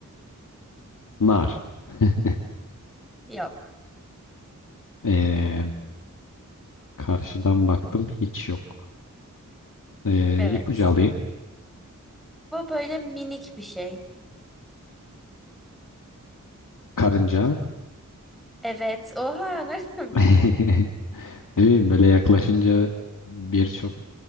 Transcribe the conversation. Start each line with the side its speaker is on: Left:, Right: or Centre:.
Left: Nar. <laughs>
Centre: Yok.
Left: E, karşıdan baktım hiç yok. E,
Centre: Evet.
Left: ipucu alayım.
Centre: Bu böyle minik bir şey.
Left: Karınca.
Centre: Evet. Oha <laughs> nereden
Left: <laughs>
Centre: bildin?
Left: Değil mi? Böyle yaklaşınca birçok